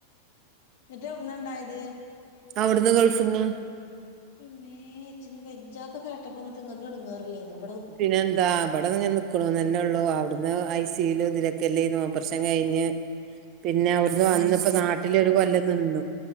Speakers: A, on the left; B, on the right.
A: ന്നിട്ട് എവിടുന്നണ്ടായത്
B: അവിടുന്ന് ഗൾഫ് ന്ന്
A: ഇമ്മേ ച്ചിന്ന് വെജ്ജൊ അഹ് കെ കേട്ടപ്പോ എന്നിട്ട് നിങ്ങൾക്ക് എടങ്ങേറില്ലേന്ന
B: പിന്നെ എന്താ ഇമ്പടങ്ങനെ നിക്ക്‌ണുന്നോള്ളു അവിട്ന്ന് ഐ സിലും ഇതിലൊക്കെ എല്ലെനോ കോർചെരം കഴിഞ്ഞ് പിന്നെ അവ്ട്ന്ന് വന്ന് പ്പ നാട്ടിലൊരു കൊല്ലം നിന്നു